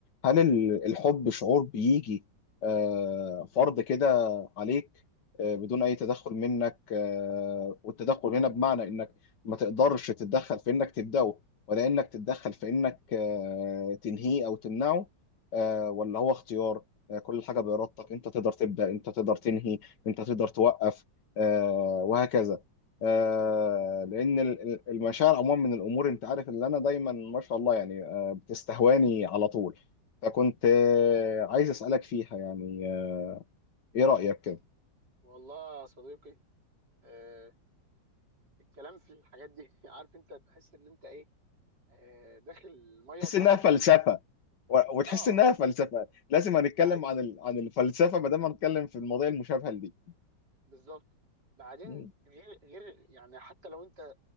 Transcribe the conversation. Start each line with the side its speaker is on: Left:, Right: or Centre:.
Left: هل ال- الحب شعور بيجي آه، فرض كده عليك آه، بدون اي تدخل منك آه، والتدخل هنا بمعنى انك ما تقدرش تتدخل في انك تبدأه ولا انك تتدخل في انك آه، تنهيه او تمنعه آه، ولا هو اختيار آه، كل حاجة بإرادتك انت تقدر تبدأ انت تقدر تنهي انت تقدر توقف آه، وهكذا آه، لان ال- ال- المشاعر عموما من الامور انت عارف اللي انا دايما ما شاء الله يعني آه، بتستهواني على طول فكنت آه، عايز اسالك فيها يعني آه، ايه رايك كده
Right: والله يا صديقي آه الكلام في الحاجات دي <laughs> عارف انت تحس ان انت ايه آه داخل الميه
Left: تحس
Right: وما تعرفش
Left: انها فلسفه
Right: تعوم كده
Left: و- وتحس
Right: اه
Left: انها فلسفه لازم هنتكلم
Right: بعد
Left: عن ال- عن الفلسفه ما دام هنتكلم في المواضيع المشابهه لدي
Right: بالظبط بعدين
Left: م-
Right: غير غير يعني حتى لو انت